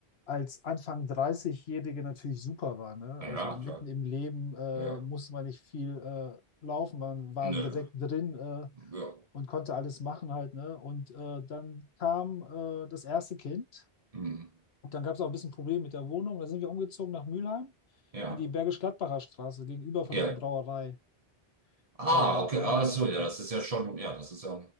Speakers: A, on the left (about 70°); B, on the right (about 35°).
A: als Anfang 30-Jährige natürlich super war. Ne?
B: Ja,
A: Also mitten
B: klar.
A: im Leben äh,
B: Ja.
A: musste man nicht viel äh, laufen, man war
B: Nö.
A: direkt drin äh,
B: Ja.
A: und konnte alles machen halt, ne? Und äh, dann kam äh, das erste Kind
B: Hm.
A: und dann gab es auch ein bisschen Probleme mit der Wohnung. Da sind wir umgezogen nach Mülheim
B: Ja,
A: in die Bergisch-Gladbacher Straße gegenüber
B: ja.
A: von der Brauerei.
B: Ah,
A: Daher,
B: okay, ah, so, ja, das ist ja schon, ja, das ist ja